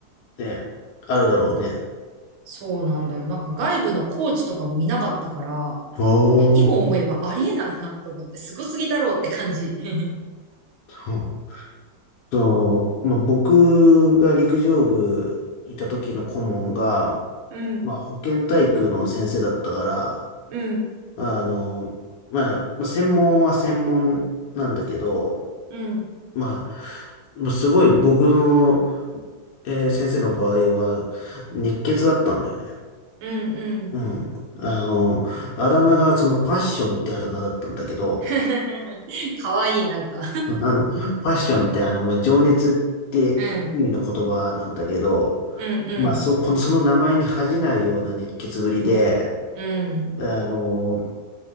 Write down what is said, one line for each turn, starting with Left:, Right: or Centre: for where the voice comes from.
Left: ね、あるだろうね。
Right: そうなんだよ。なんか外部のコーチとかもいなかったから、
Left: お
Right: いや、今思えばありえないなと思って、
Left: ー。
Right: すごすぎだろうって感じ。<laughs>
Left: うんと、まあ、僕が陸上部いた時の顧問が、
Right: うん、
Left: まあ、保健体育の先生だったから、
Right: うん、
Left: あの、まあ、まあ専門は専門なんだけど、
Right: うん、
Left: まあ、まあすごい僕の、えー先生の場合は、熱血だったんだよね。
Right: うん、うん。
Left: うん。あの、あだ名がそのパッションってあだ名だったんだけど、
Right: <laughs> かわいい、なんか
Left: あの、パッションってあの、まあ、情熱って意味の言葉なんだけど、
Right: <laughs> うん、うん、うん、
Left: まあ、そ、この、その名前に恥じないような熱血ぶりで、
Right: うん、
Left: あの、